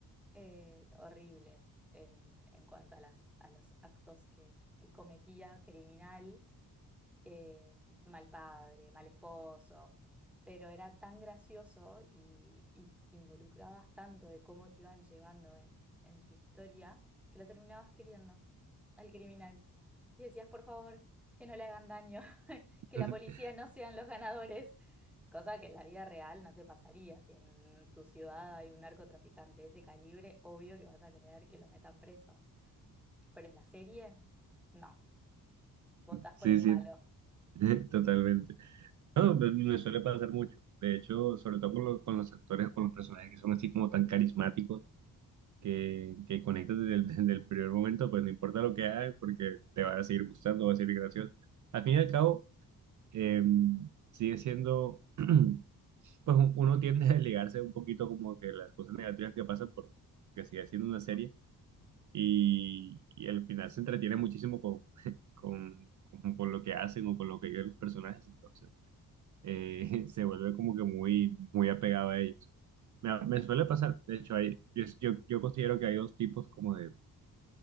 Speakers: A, in the centre; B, on the right.
A: eh, horrible en, en cuanto a las, a los actos que, que cometía criminal eh, mal padre, mal esposo, pero era tan gracioso y, y te involucrabas tanto de cómo te iban llevando en, en su historia que lo terminabas queriendo al criminal. Y decías, por favor, que no le hagan daño, <laughs> que
B: <laughs>
A: la policía no sean los ganadores, cosa que en la vida real no te pasaría. Si en tu ciudad hay un narcotraficante de ese calibre, obvio que vas a querer que lo metan preso, pero en la serie, no, votas
B: Sí,
A: por el
B: sí,
A: malo.
B: <laughs> totalmente. No, pues, me suele pasar mucho. De hecho, sobre todo con, lo- con los actores o con los personajes que son así como tan carismáticos que, que conectas desde el, <laughs> desde el primer momento, pues no importa lo que hagas porque te va a seguir gustando, va a ser gracioso. Al fin y al cabo, em, sigue siendo <clears throat> pues un- uno tiende a desligarse un poquito como que las cosas negativas que pasan porque sigue siendo una serie y, y al final se entretiene muchísimo con, <laughs> con, con, con lo que hacen o con lo que quieren los personajes, entonces eh, <laughs> se vuelve como que muy, muy apegado a ellos. Me, me suele pasar, de hecho, hay, yo, yo, yo considero que hay dos tipos como de,